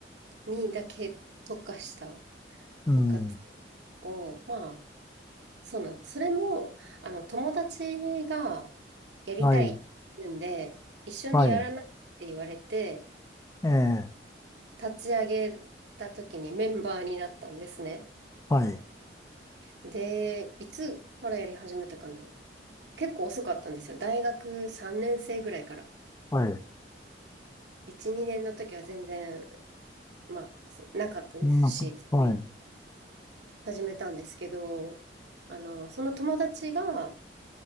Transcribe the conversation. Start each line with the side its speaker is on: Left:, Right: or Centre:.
Right: にだけ特化した
Left: うん。
Right: 部活を、まあ、そうなん、それも、あの、友達がやりたいって言うんで、
Left: はい、
Right: 一緒にやらないって言われて、
Left: はい。ええ、
Right: 立ち上げた時にメンバーになったんですね。
Left: はい、
Right: で、いつからやり始めたかな。結構遅かったんですよ。大学3年生ぐらいから。
Left: はい。
Right: 1、2年の時は全然、まあ、なかったですし、
Left: なんか、
Right: そういう、
Left: はい。
Right: 始めたんですけど、あの、その友達が、